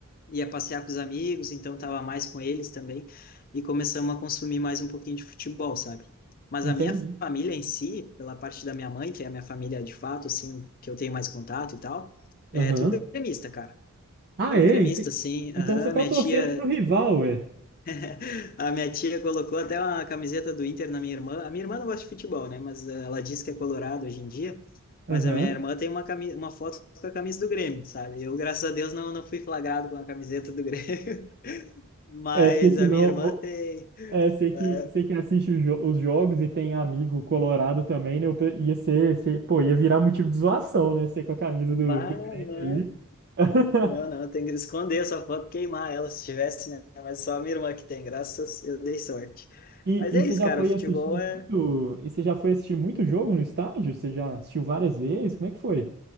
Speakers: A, on the left; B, on the right.
A: ia passear com os amigos, então tava mais com eles também, e começamos a consumir mais um pouquinho de futebol, sabe? Mas
B: entendi.
A: a minha família em si, pela parte da minha mãe, que é a minha família de fato, assim, que eu tenho mais contato e tal, é
B: Aham.
A: tudo gremista, cara.
B: Ah,
A: Tudo
B: é?
A: gremista,
B: Ente-
A: assim. Aham,
B: Então você tá
A: minha
B: torcendo
A: tia,
B: pro rival, é?
A: <laughs> a minha tia colocou até uma camiseta do Inter na minha irmã. A minha irmã não gosta de futebol, né? Mas eh, ela diz que é colorado hoje em dia. Mas
B: Aham.
A: a minha irmã tem uma, cami... uma foto com a camisa do Grêmio, sabe? Eu, graças a Deus, não, não fui flagrado com a camiseta do Grêmio. Mas
B: É, porque senão.
A: a minha irmã tem.
B: É, sei que,
A: É,
B: sei que assiste os, jo- os jogos e tem amigo colorado também, né? Eu pe- ia ser, ser- pô, ia virar motivo de zoação, né? Ser com a camisa
A: banana.
B: do, do Grêmio aí. <laughs>
A: Não, não, tem que esconder essa foto, queimar ela se tivesse, né? Mas só a minha irmã que tem, graças, eu dei sorte.
B: E,
A: Mas é
B: e você
A: isso,
B: já
A: cara,
B: foi
A: o futebol
B: assistir muito,
A: é.
B: e você já foi assistir muito jogo no estádio? Você já assistiu várias vezes? Como é que foi?